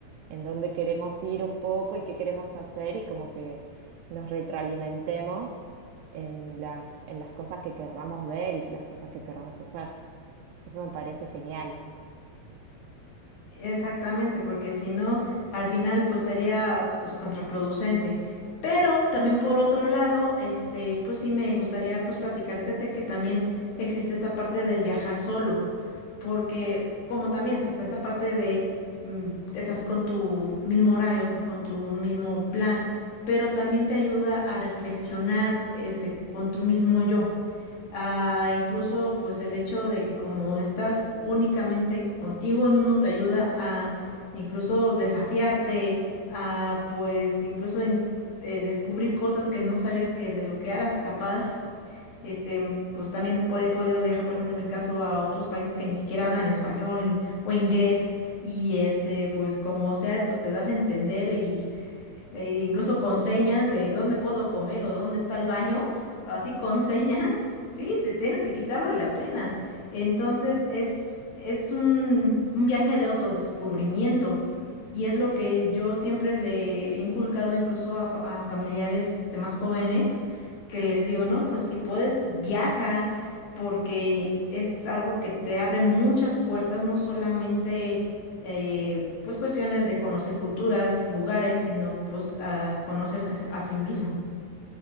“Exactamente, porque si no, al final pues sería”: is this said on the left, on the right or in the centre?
Left